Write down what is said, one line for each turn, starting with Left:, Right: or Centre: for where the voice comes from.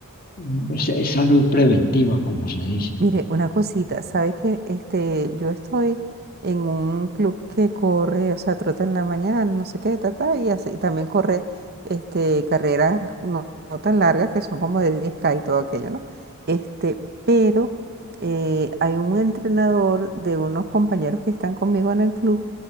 Left: mm, es- es salud preventiva, como se dice.
Right: Mire, una cosita, ¿sabe que este, yo estoy en un club que corre, o sea, trota en la mañana, no sé qué, ta, ta, y así, también corre este, carreras no, no tan largas, que son como de 10K y todo aquello, ¿no? Este, pero eh, hay un entrenador de unos compañeros que están conmigo en el club,